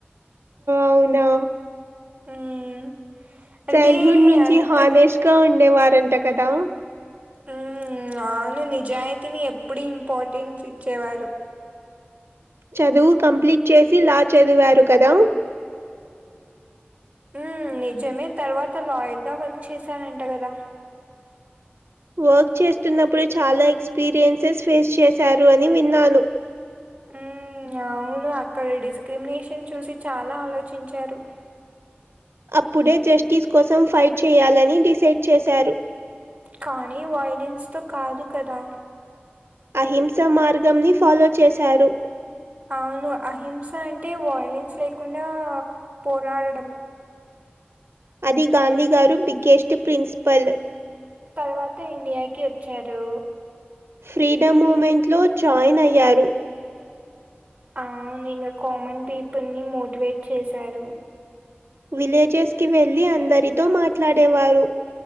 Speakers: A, on the right; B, on the right.
A: అవునా
B: మ్మ్ అంటే
A: చైల్డ్హుడ్ నుంచి
B: అంత
A: హనేష్ ఇంకా ఉండేవారంట కదా
B: ఉ అవును నిజాయితీని ఎప్పుడు ఇంపార్టెన్స్ ఇచ్చేవారు.
A: చదువు కంప్లీట్ చేసి లా చదివారు కదా
B: ఉ నిజమే తర్వాత లాయర్ గా వర్క్ చేశారంట కదా
A: వర్క్ చేస్తున్నప్పుడు చాలా ఎక్స్పీరియన్సెస్ ఫేస్ చేశారు అని విన్నాను.
B: ఉ అవును అక్కడ డిస్క్రిమినేషన్ చూసి చాలా ఆలోచించారు.
A: అప్పుడే జస్టిస్ కోసం ఫైట్ చేయాలని డిసైడ్ చేశారు.
B: కానీ వాయలిన్స్ తో కాదు కదా
A: అహింస మార్గంని ఫాలో చేశారు.
B: అవును అహింస అంటే వయోలిన్స్ లేకుండా పోరాడడము.
A: అది గాంధీ గారు బిగ్గెస్ట్ ప్రిన్సిపల్.
B: తర్వాత ఇండియాకి వచ్చారు.
A: ఫ్రీడమ్ మూమెంట్లో జాయిన్ అయ్యారు.
B: ఆ ఇంకా కామన్ పీపుల్ని మోటివేట్ చేశారు.
A: విలేజెస్ కి వెళ్లి అందరితో మాట్లాడేవారు.